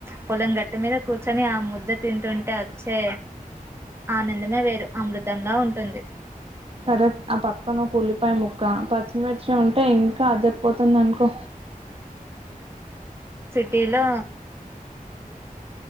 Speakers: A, on the right (about 15°); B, on the right (about 40°).
A: పొలం గట్ మీద కూర్చొని ఆ ముద్ద తింటుంటే వచ్చే ఆనందమే వేరు అమృతంలా ఉంటుంది
B: కరెక్ ఆ పక్కన కులిపాయ ముక్కా మర్చి ఉంటాయి ఇ ఆదరిపోతుంది అనుకో
A: టిలో